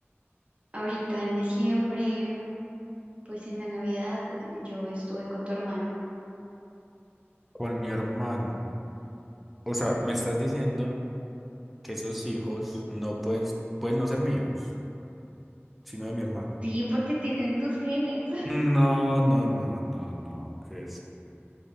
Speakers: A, on the right; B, in the centre.
A: ahorita en diciembre, pues en la Navidad yo estuve con tu hermano.
B: con mi hermano. O sea, me estás diciendo que esos hijos no pueden, pueden no ser míos, sino de mi hermano.
A: Sí, porque tienen tus genes, <laughs>
B: No, no, no, no, no. ¿Qué es?